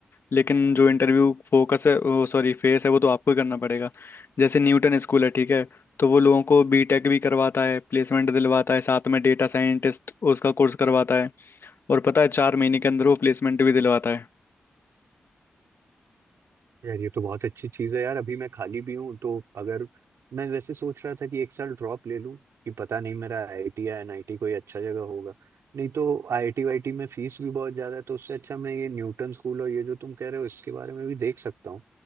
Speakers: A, on the left; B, on the right.
A: लेकिन जो इंटरव्यू फोकस है वो सॉरी फेस है वो तो आपको ही करना पड़ेगा जैसे न्यूटन स्कूल है ठीक है तो वो लोगों को बीटेक भी करवाता है प्लेसमेंट दिलवाता है साथ में डेटा साइंटिस्ट उसका कोर्स करवाता है और पता है चार महीने के अंदर वो प्लेसमेंट भी दिलवाता है
B: यार ये तो बहुत अच्छी चीज है यार अभी मैं खाली भी हूँ तो अगर मैं वैसे सोच रहा था कि एक साल ड्रॉप ले लूँ कि पता नहीं मेरा आईआईटी या एनआईटी कोई अच्छा जगह होगा नहीं तो आईआईटी वाईटी में फीस भी बहुत ज्यादा है तो उससे अच्छा मैं ये न्यूटन स्कूल और ये जो तुम कह रहे हो इसके बारे में भी देख सकता हूँ